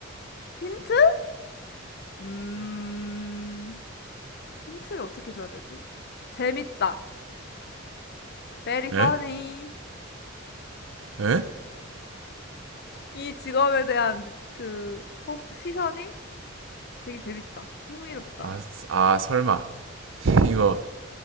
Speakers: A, on the left (about 55°); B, on the right (about 70°).
A: 힌트? 음, 힌트를 어떻게 줘야 되지? 재밌다. Very funny.
B: 에? 에?
A: 이 직업에 대한 그, 혹, 시선이 되게 재밌다. 흥미롭다.
B: 아, 아, 설마. <laughs> 이거